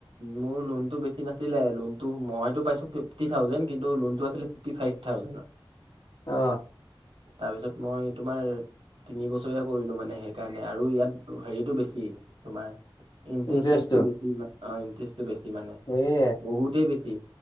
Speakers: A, on the right (about 80°); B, on the left (about 50°).
A: মোৰ লোনতটো বেছি নাছিলে লোনতটো মইতো পাইছো ফ ফিফটিন উজেড কিন্তু লোনটো আছিলে ফিফটি ফাইভ থাউজেণ্ড।
B: অ।
A: তাৰপিছত মই তোমাৰ- তিনি বছৰীয়া কৰিলো মানে সেইকাৰণে আৰু ইয়াত হেৰিতটো বেছি তোমাৰ- ইণ্টাৰেষ্টিটো
B: ইণ্টাৰেষ্টটো
A: বেছি। অ ইণ্টাৰেষ্টটো বেছি মানে,
B: এই
A: বহুতেই বেছি